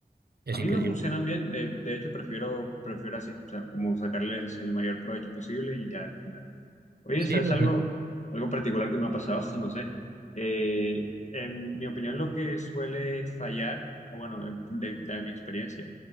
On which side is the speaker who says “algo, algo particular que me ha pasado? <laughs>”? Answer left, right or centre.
Left